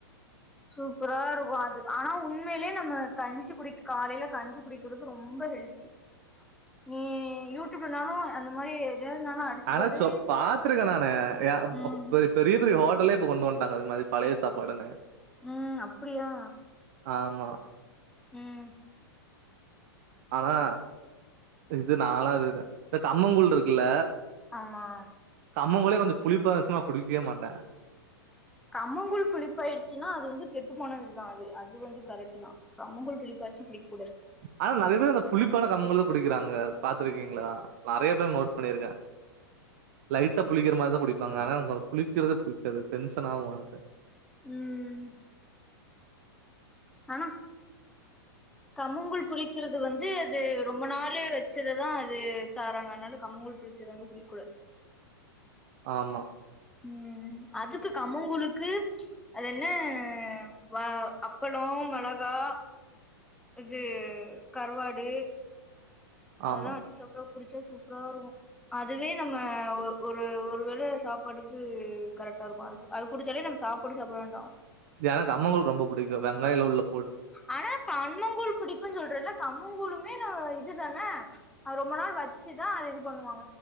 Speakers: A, in the centre; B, on the right.
A: சூப்பரா இருக்கு அது ஆனா உன் உண்மையிலயே நம்ம கஞ்சு குடி காலையில கஞ்சி குடிக்கறது ரொம்ப ஹெல்தி நீ யூடியூப்லனாலு அந்த மாரி எதுலனாலு அடிச்சு
B: ஆனா
A: பாரு
B: சொப் பாத்திருக்கே நானு யா
A: ம்
B: பெ பெரிய பெரிய ஹோ ட்டலே இப்ப கொண்டு வண்டாங்க அது மாரி பழய சாப்பாடுன்னு
A: ம் அப்படியா
B: ஆமா
A: ம்
B: ஆனா இது நாலாது இத இது கம்மங்கூழ்ருக்குல
A: ஆமா
B: கம்மங்கூழே கொஞ்ச புளிப்பாய்சுனா குடிக்யே மாட்டே
A: கம்மங்கூழ் புளிப்பாய்ர்ச்சினா அது வந்து கெட்டு போனதுதா அது அது வந்து கரெக்ட்டு தா கம்மங்கூழ் புளிப்பாச்சுனா புளிக்
B: ஆனா நறைய பேர் அத புளிப்பான கம்மங்கூழே குடிக்கிறாங்க பாத்ருக்கீங்களா நெறய பேர நோட் பண்ணிர்க்கே லைட்டா புளிக்குற மார்தா குடிப்பாங்க ஆனா எனக் புளிக்கிறதே புடிக்காது டென்ஷன் ஆவூ எனக்கு
A: ம் ஆனா கம்மங்கூழ் புளிக்கிறது வந்து அது ரொம்ப நாளு வச்சதுதா அது தாராங்க அனால கம்மங்கூழ் புள் ளிச்சது வந்து குடிக்கூடாது
B: ஆமா
A: ம் அதுக்கு கம்மங்கூழுக்கு அது என்ன வ அப்பளோ மொளகா அ இது கருவாடு அதுலா
B: ஆமா
A: வச்சி சாப்டா குடிச்சா சூப்ராருக்கூ அதுவே நம்ம ஒ ஒரு ஒருவேள சாப்பாடுக்கு கரட் லாருக்கூ அது குடிச்சாலே நம்ம சாப்புடு சாப்ட வேண்டா
B: எனக் கம்மங்கூழ் ரொம்ப புடிக்கூ வெங்காய்லா உள்ளப்
A: ஆனா கன்னங்கூழ் புடிக்கூன் சொல்றேலக் கம்மங்கூழுமே நா இது தான ரொம்ப நாள் வச்சுதா அது இது பண்ணுவாங்